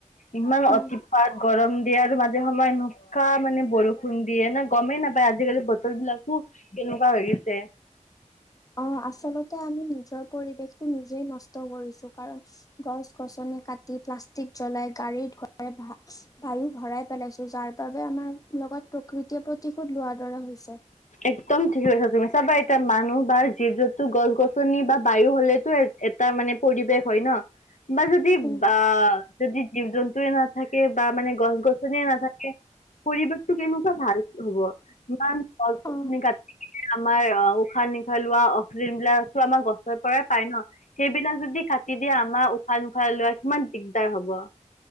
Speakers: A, on the left; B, on the left.
A: ইমান অতিপাত।
B: উম
A: গৰম দিয়ে আৰু মাজে সময়ে এনেকুৱা মানে বৰষুণ দিয়ে ন গমেই নাপায় আজিকালি বতৰবিলাকো কেনেকুৱা হৈ গৈছে।
B: অ আচলতে আমি নিজৰ পৰিৱেশটো নিজেই নষ্ট কৰিছো কাৰণ গছ-গছনি কাটি প্লাষ্টিক জ্বলাই গাড়ী ধুৱাই বায়ু ভৰাই পেলাইছো যাৰ বাবে আমাৰ লগত। প্ৰকৃতিয়ে প্ৰতিশোধ লোৱাৰ দৰে হৈছে।
A: একদম ঠিক কৈছা তুমি চাবা এতিয়া মানুহ বা জীৱ জন্তু গছ-গছনি বা বায়ু হলেটো এটা মানে পৰিৱেশ হয় নহ বা যদি
B: উম
A: বা। যদি জীৱ-জন্তুৱে নাথাকে বা মানে গছ-গছনিয়ে নাথাকে পৰিৱেশটো কেনেকুৱা ভাল হব, ইমান গছ-গছনি
B: অ
A: কাটি পিনে আমাৰ অ উশাহ নিশাহ লোৱা অক্সিজেন বিলাকো আমাৰ গছৰ পৰাই পাই নহ সেইবিলাক যদি। কাটি দিয়ে আমাৰ উশাহ নিশা লোৱাৰ কিমান দিগদাৰ হ'ব।